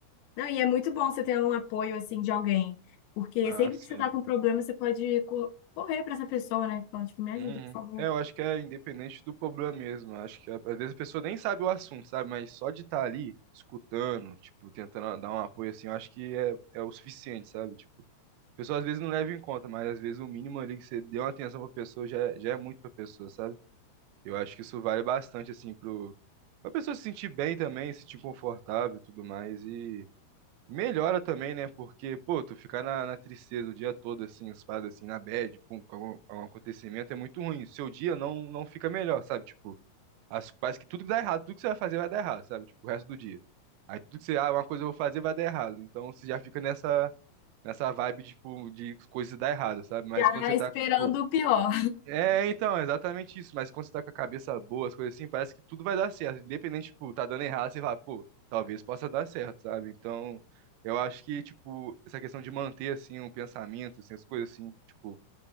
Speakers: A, on the left (about 80°); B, on the right (about 80°).
A: Não, e é muito bom você ter um apoio, assim, de alguém, porque
B: Ah,
A: sempre
B: sim.
A: que você tá com problema, você pode co- correr pra essa pessoa, né, falando, tipo, me ajuda,
B: Uhum.
A: por favor,
B: É, eu acho que é independente do problema mesmo. Eu Acho que é- às vezes a pessoa nem sabe o assunto, sabe? Mas só de estar ali, escutando, tipo, tentando dar um apoio assim, eu acho que é, é o suficiente, sabe? Tipo, a pessoa às vezes não leva em conta, mas às vezes o mínimo ali que você deu uma atenção pra pessoa já, é- já é muito pra pessoa, sabe? Eu acho que isso vale bastante, assim, pro, pra pessoa se sentir bem também, se sentir confortável e tudo mais. E melhora também, né? Porque, pô, tu ficar na, na tristeza o dia todo, assim, as paradas assim, na bad, com, com algum, algum acontecimento, é muito ruim. Seu dia não, não fica melhor, sabe? Tipo, as, parece que tudo que dá errado, tudo que você vai fazer vai dar errado, sabe? Tipo, o resto do dia. Aí tudo que você, ah, uma coisa eu vou fazer vai dar errado. Então você já fica nessa, nessa vibe, tipo, de coisas dar errado, sabe? Mas
A: já
B: quando você
A: esperando
B: tá, tipo,
A: o pior.
B: é, então, é exatamente isso. Mas quando você tá com a cabeça boa, as coisas assim, parece que tudo vai dar certo. Independente, tipo, tá dando errado, você fala, pô, talvez possa dar certo, sabe? Então, eu acho que, tipo, essa questão de manter, assim, um pensamento, assim, as coisas assim, tipo,